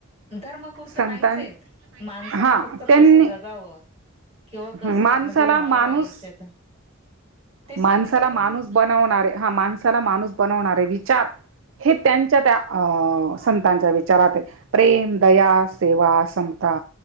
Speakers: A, on the right; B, on the right.
A: धर्मपुरत
B: संतां
A: नाहीच आहेत माणसांनी
B: हा
A: फक्त
B: त्यांनी
A: कसं जगावं किंवा कसं
B: माणसाला
A: म्हणजे राहावं
B: माणूस
A: आयुष्यात ते सांगितलंय
B: माणसाला
A: त्यांनी
B: माणूस बनवणारे, हा माणसाला माणूस बनवणारे विचार हे त्यांच्या त्या संतांच्या विचारातये प्रेम, दया, सेवा, समता